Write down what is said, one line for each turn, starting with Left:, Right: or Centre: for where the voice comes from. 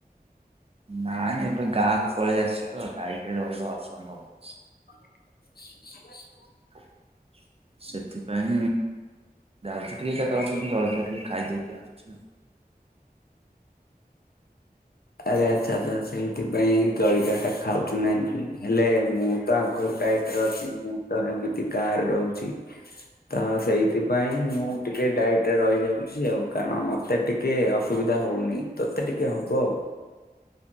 Right: ନାଇଁ ଏବେ ଗାଁ କୁ ପଳେଇ ଆସିଛି ତ ଡାଇଟରେ ରହିବା ଅସମ୍ଭବ।
Left: <inaudible>
Right: <inaudible> ସେଥିପାଇଁ ଯାଉଛି ଟିକେ କେତେବେଳେ
Left: କି?
Right: କେମିତି ଜଳଖିଆ ଟିକେ ଖାଇଦେଇକି ଆସୁଛି ଆଉ।
Left: ଆରେ ଆଛା ସେଇଥିପାଇଁ ଜଳଖି ଖାଉଛୁ ନାଇଁ ହେଲେ ମୁଁ ତ ଆଘରୁ ଡାଇଟ ରେ ଅଛି ମୁଁ ତ ଏମିତି କାର ରହୁଛି ତ ସେଇଥିପାଇଁ ମୁଁ ଟିକେ ଡାଇଟରେ ରହିଯାଉଛି ଆଉ କାରଣ ମତେ ଟିକେ ଅସୁବିଧା ହଉନି। ତୋତେ ଟିକେ ହବ ଆଉ।